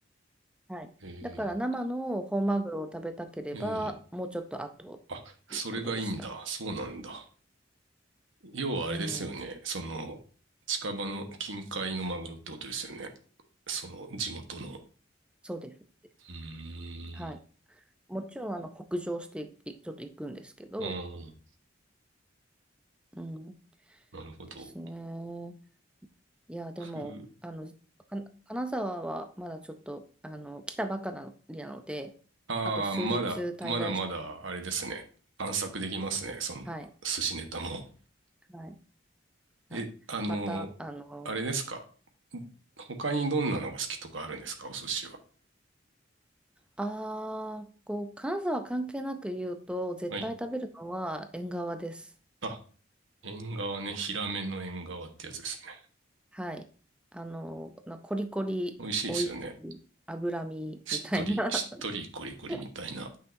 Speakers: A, in the centre; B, on the right.
A: はい、
B: え
A: だから生の本マグロを食べたければもうちょっと後ということでした。
B: え、ええ。あ、それがいいんだ。そうなんだ。要はあれですよね。
A: うん、
B: その、近場の近海のマグロってことですよね。その地元の。
A: そうです。
B: うーん。
A: はい、もちろんあの北上していちょっと行くんですけど、
B: うん。
A: うん、
B: なるほど。
A: ですね。いや、でも、
B: 僕、
A: あの、か金沢はまだちょっと、あの、来たばかりなので、
B: ああ、
A: あと数日滞在し、
B: まだ、まだまだ、あれですね。探索できますね。その、
A: はい、
B: 寿司ネタも。
A: はい、はい。
B: え、あの、
A: また、あの、
B: あれですか。他にどんなのが好きとかあるんですか、お寿司は。
A: あー、こう、金沢関係なく言うと、絶対食べるのは縁側です。
B: はい。あ、縁側ね。ヒラメの縁側ってやつですね。
A: はい。あの、なコリコリ、
B: 美味しいですよね。
A: 美味しい、脂身みたいな。
B: しっとり、しっとりコリコリみたいな。
A: <laughs>